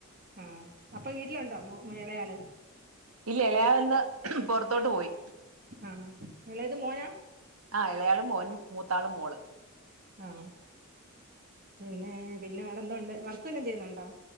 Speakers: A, on the right; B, on the right.
A: ആഹ് ആഹ് അപ്പൊ വീട്ടിലുണ്ടോ മോ എളേയാള്?
B: ഇല്ല എളേയാളിന്ന് പൊർത്തോട്ട് പോയി.
A: ആഹ് ആഹ് എളേത് മോനാ
B: ആ ഇളയാള് മോൻ മൂത്താള് മോള്.
A: ആ പിന്നെ പിന്നെ വേറെ എന്തൊണ്ട്? വർക്ക് വല്ലോം ചെയ്യുന്നുണ്ടോ?